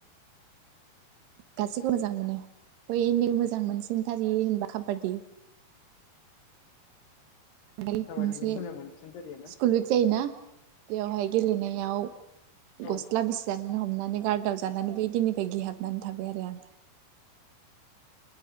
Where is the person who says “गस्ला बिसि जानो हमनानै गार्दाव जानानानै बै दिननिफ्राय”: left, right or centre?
Right